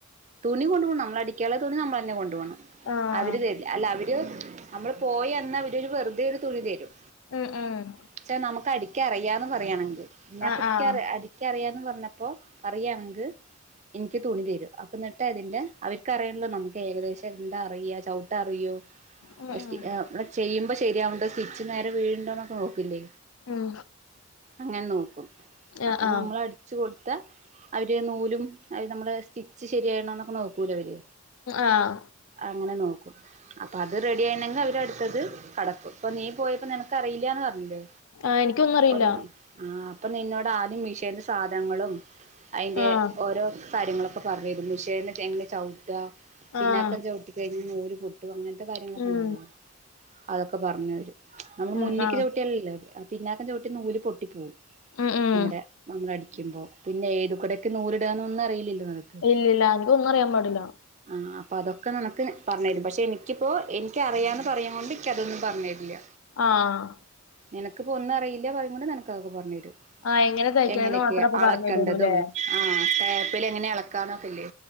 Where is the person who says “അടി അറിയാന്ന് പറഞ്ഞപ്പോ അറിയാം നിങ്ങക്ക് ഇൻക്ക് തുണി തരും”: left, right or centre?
Right